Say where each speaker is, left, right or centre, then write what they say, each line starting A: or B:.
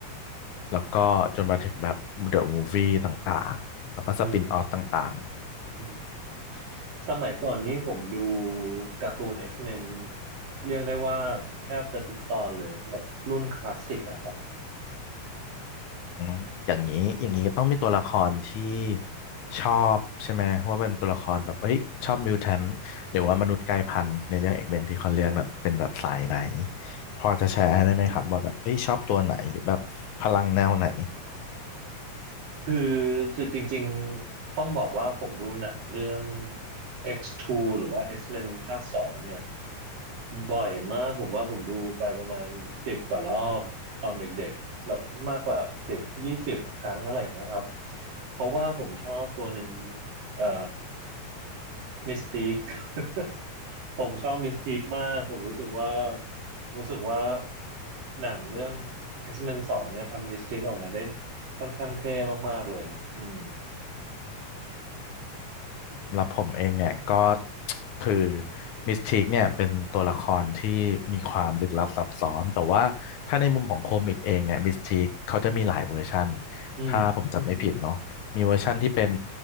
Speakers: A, on the left; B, on the right.
A: แล้วก็จนมาถึงแบบ The Movie ต่างๆแล้วก็สปินออฟต่าง
B: อืม อืม สมัยก่อนนี้ผมดูการ์ตูน X-Men เรียกได้ว่าแทบจะทุกตอนเลยแบบรุ่นคลาสสิกอะครับ
A: อืมอย่างนี้อย่างนี้ก็ต้องมีตัวละครที่
B: อืม
A: ชอบใช่ไหมว่าเป็นตัวละครแบบเฮ้ยชอบมิวแทนหรือว่ามนุษย์กลายพันธุ์ในเรื่องเอกเบนที่เขาเรียกแบบเป็นแบบสายไหน
B: อืม
A: พอจะแชร์ได้ไหมครับว่าแบบเฮ้ยชอบตัวไหนหรือแบบพลังแนวไหน
B: คือคือจริงๆต้องบอกว่าผมดูหนังเรื่อง X2 หรือว่า X-Men ภาคสองเนี่ยบ่อยมากผมว่าผมดูไปประมาณสิบกว่ารอบตอนเด็กๆแบบมากกว่าสิบยี่สิบครั้งอะไรเงี้ยครับเพราะว่าผมชอบตัวหนึ่งเอ่อมิสติก <laughs> ผมชอบมิสติกมากผมรู้สึกว่ารู้สึกว่าหนังเรื่อง X-Men สองเนี่ยทำมิสติกออกมาได้ค่อนข้างเท่มากๆเลยอืม
A: สำหรับผมเองเนี่ยก็ <tsk> คือมิสทีคเนี่ยเป็นตัวละครที่มีความลึกลับซับซ้อนแต่ว่าถ้าในมุมของโคมิกเองเนี่ยมิสทีคเขาจะมีหลายเวอร์ชัน
B: อืม
A: ถ้าผมจำไม่ผิดเนาะมีเวอร์ชันที่เป็น
B: อืม